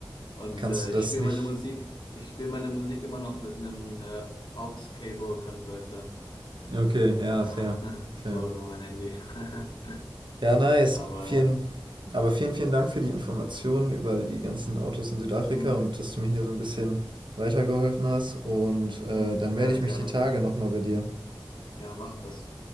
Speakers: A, on the left; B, on the right.
A: und
B: kannst
A: äh,
B: du das
A: ich spiele
B: nicht?
A: meine Musik, ich spiele meine Musik immer noch mit einem äh, Aux-Cable-Converter.
B: Okay, ja,
A: Ja,
B: fair,
A: <laughs>
B: fair.
A: so über mein Handy. <laughs>
B: Ja, nice.
A: Aber
B: Vielen,
A: ja,
B: Aber vielen, vielen Dank für die Informationen über die ganzen Autos in Südafrika
A: mm,
B: und dass du mir hier so ein bisschen weitergeholfen hast. Und äh,
A: mm,
B: dann
A: gerne,
B: melde ich
A: gerne.
B: mich die Tage nochmal bei dir.
A: Ja, mach das.